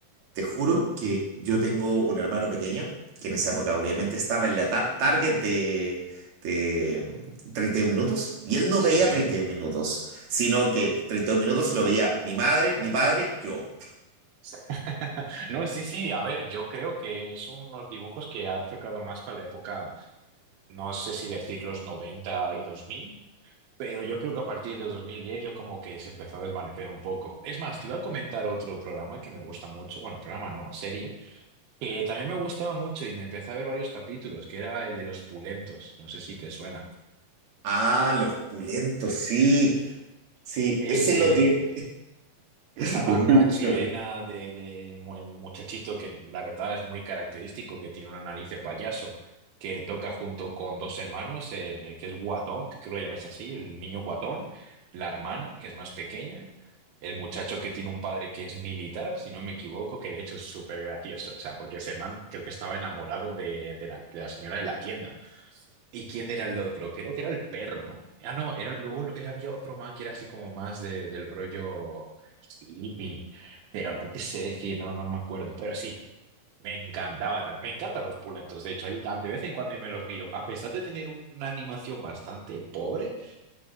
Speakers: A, on the right (about 60°); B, on the right (about 80°).
A: te juro que yo tengo un hermano pequeño, que en esa época obviamente estaba en la edad target de, de mm, 31 minutos, y él no
B: Sí,
A: veía
B: sí.
A: 31 minutos, sino que 31 minutos lo veía mi madre, mi padre, yo.
B: Sí. <laughs> No, sí, sí, a ver, yo creo que son unos dibujos que ha chocado más para la época, no sé si decir los 90 y dos mil Pero yo creo que a partir de 2010 yo como que se empezó a desvanecer un poco. Es más, te iba a comentar otro programa que me gusta mucho, bueno, programa no, serie, que también me gustaba mucho y me empecé a ver varios capítulos, que era el de los pulentos, no sé si te suena.
A: Ah, los pulentos, sí, sí,
B: Ese,
A: ese lo... di-
B: Esa
A: <laughs>
B: banda
A: Es muy
B: chilena
A: bueno.
B: de, de mu- el muchachito que la verdad es muy característico, que tiene una nariz de payaso, que toca junto con dos hermanos, el, el que es guatón, que creo que lo llamáis así, el niño guatón, la hermana, que es más pequeña, el muchacho que tiene un padre que es militar, si no me equivoco, que de hecho es súper gracioso, o sea, porque ese man creo que estaba enamorado de, de la, de la señora de la tienda. ¿Y quién era el otro? Creo que era el perro, ¿no? Ah, no, era, luego lo- era, había otro man que era así como más de, del rollo hippie, pero no te sé decir, no, no me acuerdo, pero sí, me encantaba también, me encantan los pulentos, de hecho, hay- de vez en cuando me los miro, a pesar de tener una animación bastante pobre,